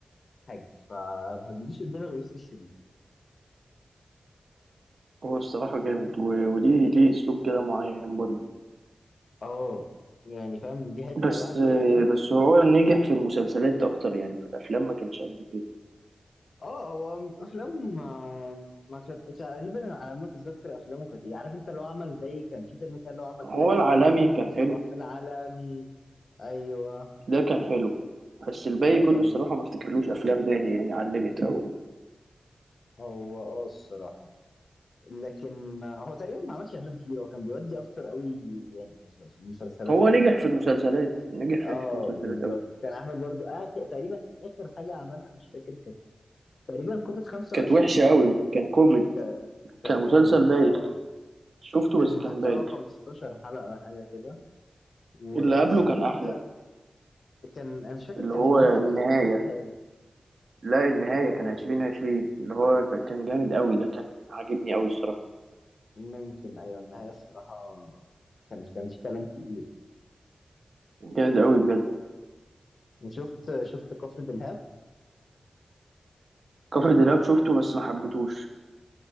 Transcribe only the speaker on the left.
حاجه فما بيجيش قدامي غير يوسف الشريف
فاهم
اه يعني فاهم دي حته
لوحده كده زي
اه هو م- افلام ما, ما كانت تقريبا على ما اتذكر افلامه كانت ايه عارف انت اللي هو عمل زي كان في فيلم كان اللي هو عمل
فيه لعيب
كوره زي محمد
صلاح
العالمي ايوه
ده
كان
هو اه الصراحه لكن آه، هو تقريبا ما عملش افلام كتير هو كان بيودي اكتر قوي يعني في في المسلسلات
اكتر
اه
بالظبط
كان عامل برضو آخر تقريبا اخر حاجه عملها مش فاكر كانت تقريبا كوفيد 25
او
ك- كانت
كوفيد
اه
كان
حتى
اه 15 حلقة حاجة كده واسمه
ايه ده كان انا مش فاكر
كان
النهاية
ولا كفر دلهاب
اه
ممكن ايوه النهاية الصراحة كان كان في كلام تقيل
وشفت شفت كفر دلهاب